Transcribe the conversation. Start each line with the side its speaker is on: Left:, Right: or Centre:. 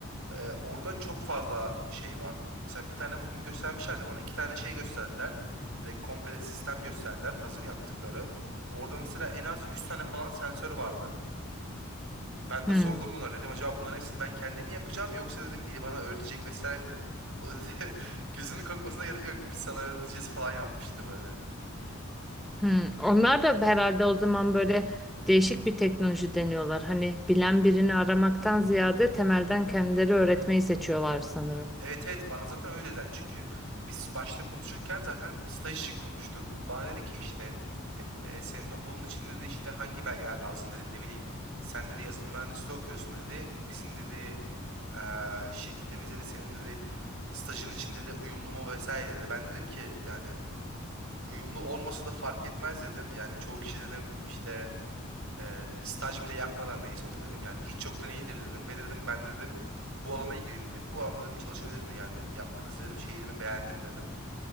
Right: ee, orada çok fazla şey var. Mesela bir tane bugün göstermişlerdi bana. iki tane şey gösterdiler. Direkt komple sistem gösterdiler hazır yaptıkları. Orada mesela en az 100 tane falan sensör vardı. Ben
Centre: Hmm.
Right: de sordum bunlara dedim acaba bunların hepsini ben kendim mi yapacağım yoksa dedim biri bana öğretecek vesaire mi dedim. O da dedi <laughs> gözünün korkmasına gerek yok biz sana öğreteceğiz falan yapmıştı böyle.
Centre: Hmm, onlar da herhalde o zaman böyle değişik bir teknoloji deniyorlar. Hani bilen birini aramaktan ziyade temelden kendileri öğretmeyi seçiyorlar sanırım.
Right: Evet evet bana zaten öyle dediler çünkü biz başta konuşurken zaten staj için konuştuk. Bana dedi ki işte e, e, senin okulun içinde de işte hangi belgeler lazım dedi ne bileyim. Sen dedi yazılım mühendisliği okuyorsun dedi. Bizim dedi eee şirketimiz dedi senin dedi stajın içinde de uyumlu mu vesaire dedi. Ben dedim ki yani uyumlu olmasa da fark etmez dedim. Yani çoğu kişi dedim işte Eee, staj bile yapmadan mezun oluyor dedim. Yani hiç yoktan iyidir dedim ve dedim ben dedim bu alana ilgiliyim dedim. Bu alanda dedim çalışabilirim yani dedim. Yaptığınız dedim şeyi dedim beğendim dedim.